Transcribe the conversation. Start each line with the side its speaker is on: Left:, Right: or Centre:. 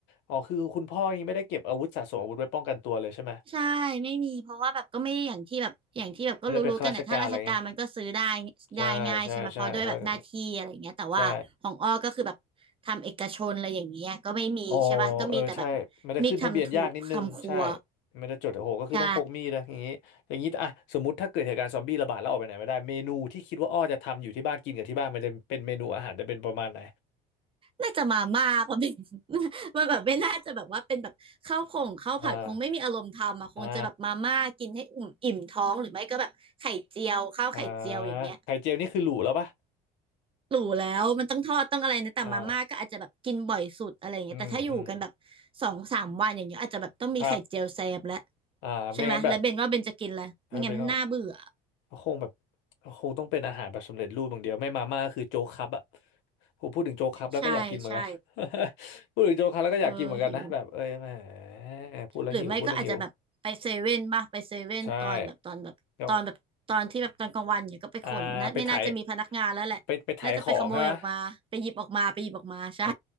Left: อ๋อคือคุณพ่อยังไม่ได้เก็บอาวุธสะสมอาวุธไว้ป้องกันตัวเลยใช่ไหม
Right: ใช่ไม่มีเพราะว่าแบบก็ไม่ได้อย่างที่แบบอย่างที่แบบก็รู้ๆกันนะถ้าราชการมันก็ซื้อได้
Left: ไม่ได้เป็นข้าราชการอะไรเงี้ยใช่ใช่ใช่ข้าราชการ
Right: ได้ง่ายใช่ไหมเพราะด้วยแบบหน้าที่อะไรอย่างเงี้ยแต่ว่าของอ้อก็คือแบบทำเอกชนอะไรอย่างเงี้ยก็ไม่มีใช่ป่ะก็มีแต่แบบ
Left: ใช่ อ๋อเออใช่มันจะขึ้นทะเบียนยากนิดนึงใช่
Right: มิกทำถูกทำครัว
Left: มันจะจดโอ้โหก็คือต้องพกมีดนะอย่างนี้อย่างนี้อ่ะสมมติถ้าเกิดเหตุการณ์ซอมบี้ระบาดแล้วออกไปไหนไม่ได้เมนูที่คิดว่าอ้อจะทำอยู่ที่บ้านกินกับที่บ้านมันจะเป็นเมนูอาหารจะเป็นประมาณไหน
Right: ใช่ น่าจะมาม่าเพราะเป็น <laughs> มันแบบไม่น่าจะแบบว่าเป็นแบบข้าวผงข้าวผัดคงไม่มีอารมณ์ทำอ่ะคงจะแบบมาม่ากินให้อิ่มอิ่มท้องหรือไม่ก็แบบไข่เจียวข้าวไข่เจียวอย่างเงี้ย
Left: <laughs> อ่าอ่าอ่าไข่เจียวนี่คือหรูแล้วปะ
Right: หรูแล้วมันต้องทอดต้องอะไรนะแต่มาม่าก็อาจจะแบบกินบ่อยสุดอะไรอย่างเงี้ยแต่ถ้าอยู่กันแบบ
Left: อ่าอืมอืม
Right: สองสามวันอย่างเงี้ยอาจจะแบบต้องมีไข่เจียวแซมแล้ว
Left: ครับอ่าไม่งั้นแบบ
Right: ใช่ไหมแล้วเบนว่าเบนจะกินแล้วไม่งั้นมันน่าเบื่อ
Left: เออเป็นคงแบบคงต้องเป็นอาหารแบบสำเร็จรูปอย่างเดียวไม่มาม่าก็คือโจ๊กครับอะ ผมพูดถึงโจ๊กครับแล้วก็อยากกินเหมือนกัน
Right: ใช่ใช่
Left: <laughs> พูดถึงโจ๊กครับแล้วก็อยากกินเหมือนกันนะแบบเอ้ยแห
Right: เออหิว
Left: มพูดแล้วหิวพูดแล้วหิว
Right: หรือไม่ก็อาจจะแบบไปเซเว่นบ้างไปเซเว่นตอนแบบตอนแบบตอนแบบตอนที่แบบตอนกลางวันเนี่ยก็ไปขนนะไม่น่าจะมีพนักงานแล้วแหละน่าจะไปขโมยออกมาไปหยิบออกมาไปหยิบออกมาใช่
Left: ใช่ก็อ่าไปถ่ายไปไปถ่ายของใช่ไหมเอ